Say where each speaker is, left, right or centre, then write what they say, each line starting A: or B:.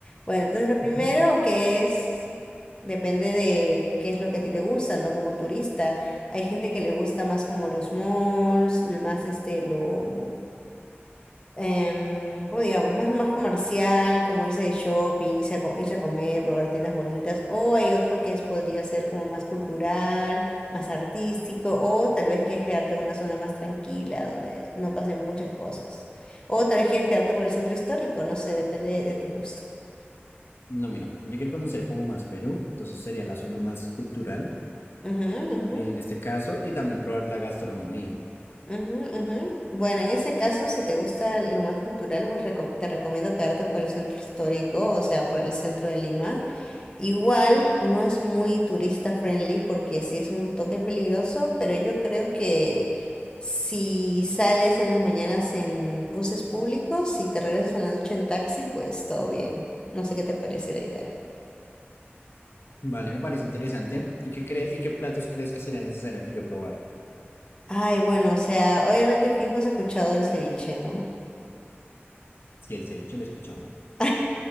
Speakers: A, on the left (about 20°); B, on the left (about 65°).
A: Bueno, entonces lo primero
B: Ujú.
A: que es, depende de qué es lo que a ti te gusta, ¿no? Como turista, hay gente que le gusta más como los malls, más este, lo, em, ¿cómo digamos? Más, más comercial, como irse de shopping, irse a, co- irse a comer, probar tiendas bonitas, o hay otro que es, podría ser como más cultural, más artístico, o tal vez quieres quedarte en una zona más tranquila, donde no pasen muchas cosas, o tal vez quieres quedarte por el centro histórico, no sé, depende de, de tu gusto.
B: No, mira, yo quiero conocer como más Perú, entonces sería la zona más cultural
A: Ujú, ujú.
B: en este caso y también probar la gastronomía.
A: Ujú, ujú. Bueno, en ese caso, si te gusta lo más cultural, pues reco- te recomiendo quedarte por el centro histórico, o sea, por el centro de Lima. Igual no es muy turista friendly porque sí es un toque peligroso, pero yo creo que si sales en las mañanas en buses públicos, si te regresas en la noche en taxi, pues todo bien. No sé qué te parece la idea.
B: Vale, me parece interesante. ¿Y qué cree, y qué platos crees que sería necesario que yo probara?
A: Ay, bueno, o sea, obviamente fijo has escuchado el ceviche, ¿no?
B: Si el ceviche lo he escuchado.
A: <laughs>